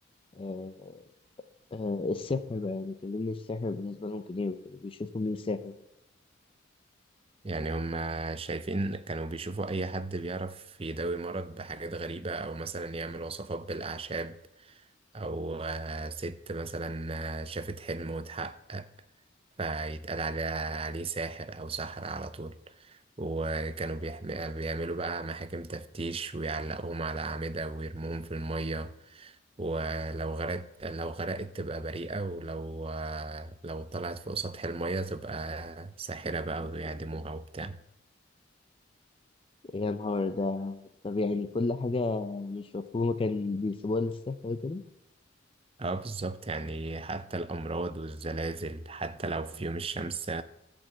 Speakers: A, on the left; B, on the right.
A: آه، آه، السحر بقى يعني كلمني السحر بالنسبة لهم كان إيه وكانوا بيشوفوا مين ساحر
B: يعني هما شايفين كانوا بيشوفوا اي حد بيعرف يداوي مرض بحاجات غريبة او مثلا يعمل وصفات بالاعشاب أو آه، ست مثلا آه، شافت حلم واتحقق فيتقال عليه عليه ساحر أو ساحرة على طول وكانوا بيحم- بيعملوا بقى محاكم تفتيش ويعلقوهم على أعمدة ويرموهم في المية ولو غرقت لو غرقت تبقى بريئة ولو آه، لو طلعت فوق سطح المية تبقى ساحرة بقى ويعدموها وبتاع
A: يا نهار ده طب يعني كل حاجة مش مفهومة كان بيسيبوها للسحر وكده
B: اه بالظبط يعني حتى الأمراض والزلازل حتى لو في يوم الشمس